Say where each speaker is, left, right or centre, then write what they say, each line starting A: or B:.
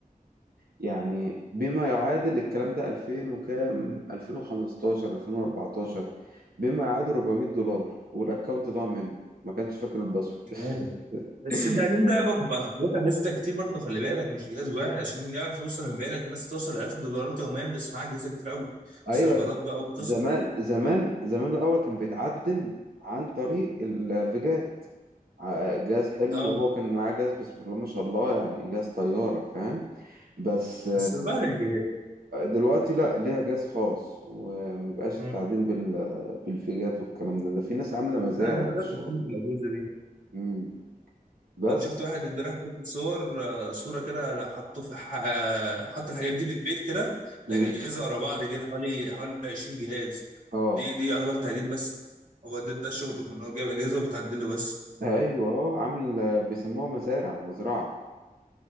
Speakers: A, on the right; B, on the right.
A: يعني بما يعادل الكلام ده 2000 وكام 2015 2014 بما يعادل 400 دولار والاكونت ضاع مني ما كانش فاكر الباسورد
B: جامد بس
A: <laughs>
B: التعليم ده بقى بقى اجهزه كتير برضه خلي بالك مش جهاز واحد عشان يعرف يوصل لمبيعاتك الناس توصل 1000 دولارات يوميا بس معاها اجهزه كتير قوي
A: ايوه
B: سيرفرات
A: لا
B: بقى وقصص
A: زمان زمان زمان الاول كان بيتعدل عن طريق الفيجات ع- جهاز حلو
B: اه
A: وهو كان معاه جهاز بسم الله ما شاء الله يعني جهاز طيارة فاهم بس
B: بس بعد الجهاز
A: دلوقتي لا ليها جهاز خاص ومبقاش
B: آه.
A: التعدين بال... بالفيجات والكلام ده ده في ناس عاملة مزارع
B: لا انا بدات
A: للشغل
B: اشوف
A: ده
B: الاجهزه دي
A: مم. بس
B: ده أنا شفت واحد امبارح بينزل صور آه، صورة كده حطه في ح- آه، حط الحاجات دي في البيت كده
A: مم.
B: الأجهزة ورا بعض كده حوالي حوالي 20 جهاز
A: اه
B: دي دي يعتبر تعدين بس هو ده ده شغله إن هو جايب أجهزة وبتعدل له بس
A: ايوه اه عامل بيسموها مزارع مزرعة